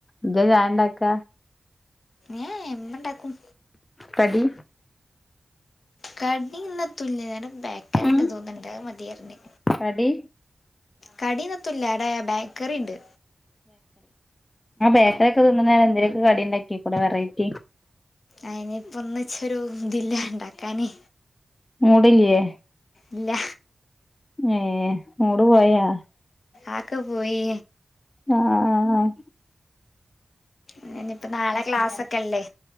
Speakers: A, on the left (about 35°); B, on the left (about 70°).
A: ഇജ്ജാ ചായണ്ടാക്ക
B: ഏഹ് ഇമ്മണ്ടാക്കും
A: കടി
B: കടി ഇന്നതുല്യ ഞാൻ ബേകറി
A: ഉം
B: ഉണ്ട് തോന്ന്ണ്ട് അത് മതിയറിഞ്ഞ്
A: കടി
B: കടിന്നൊത്തുല്യ വടെ ബേക്കറിണ്ട്.
A: ബേക്കറിക്കെ തിന്നണ നേരം എന്തലൊക്കെ കടി ഉണ്ടാക്കിക്കൂടെ വെറൈറ്റി.
B: അനിയിപ്പൊ ഒന്നിചൊരു ഇതില്ല ഇണ്ടാക്കാന്
A: മൂട്ല്ല്യേ.
B: ഇല്ല.
A: ഏഹ്, മൂട് പോയാ?
B: ആക്കെ പോയി
A: ആഹ്, ആഹ്, ആഹ്, ആഹ്.
B: ഏ ഇനിയിപ്പോ നാളെ ക്ലാസൊക്കെല്ലേ.